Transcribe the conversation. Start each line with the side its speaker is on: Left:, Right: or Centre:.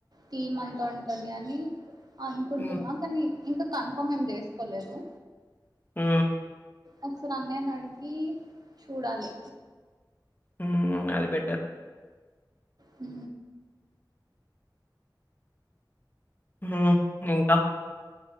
Right: టీం అంతా ఉంటది అని అనుకుంటున్నా
Left: హ్మ్.
Right: కానీ ఇంకా కన్ఫామ్ ఏం చేసుకోలేదు
Left: ఆ
Right: ఒకసారి అన్నయ్యను అడిగి చూడాలి
Left: హ్మ్ అది బెటర్
Right: హ
Left: హ్మ్ ఇంకా